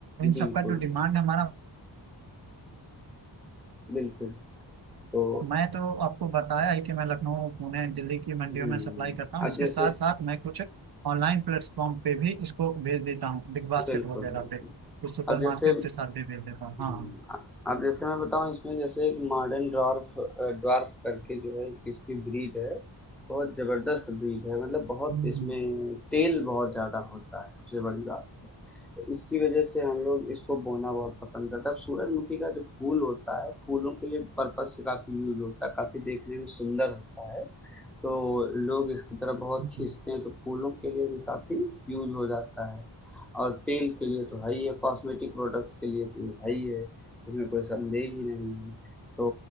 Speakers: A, on the right; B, in the centre.
A: इन सबका
B: बिल्कुल,
A: जो डिमांड है हमारा
B: बिल्कुल। तो
A: मैं तो आपको बताया ही कि मैं लखनऊ पुणे दिल्ली की मंडियों
B: हुँ,
A: में सप्लाई करता हूँ
B: अब
A: इसके
B: जैसे
A: साथ साथ मैं कुछ ऑनलाइन प्लेटफॉर्म पे भी इसको भेज देता हूँ बिग बास्केट
B: बिल्कुल,
A: वगैरह
B: बिल्कुल।
A: पे कुछ सुपर
B: अब जैसे
A: मार्केट के साथ भी भेज देता हूँ
B: हुँ,
A: हाँ हाँ।
B: अ, अब जैसे मैं बताऊँ इसमें जैसे एक मॉडर्न ड्वार्फ अ, ड्वार्फ करके जो है एक इसकी ब्रीड है, बहुत ज़बरदस्त ब्रीड है मतलब बहुत
A: हम्म,
B: इसमें तेल बहुत ज़्यादा होता है, सबसे बड़ी बात है। तो इसकी वजह से हम लोग इसको बोना बहुत पसंद करते हैं। अब सूरजमुखी का जो फूल होता है, फूलों के लिए पर्पस से काफ़ी यूज़ होता है, काफ़ी देखने में सुंदर होता है। तो लोग इसकी तरफ बहुत
A: हम्म,
B: खींचते
A: हम्म।
B: हैं तो फूलों के लिए भी काफ़ी यूज़ हो जाता है और तेल के लिए तो है ही है कॉस्मेटिक प्रोडक्ट्स के लिए तो ये है ही है इसमें कोई संदेह ही नहीं है तो